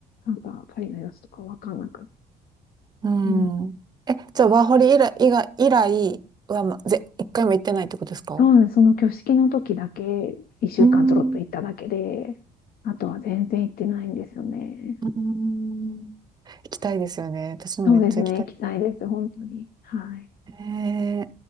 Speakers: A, on the left (about 60°); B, on the right (about 25°).
A: なんかパリの様子とかわかんなくて。
B: うん。
A: うん。
B: え、じゃあ、ワーホリ以来、以外、以来は、ま、ぜ、一回も行ってないってことですか
A: そうです。その挙式の時だけ、一週間ちょろっと行っただけで、
B: うん、う
A: あとは全然行ってないんですよね。
B: ん行きたいですよね。私もめっちゃ行きたい。
A: そうですね。行きたいです。本当に。はい。
B: え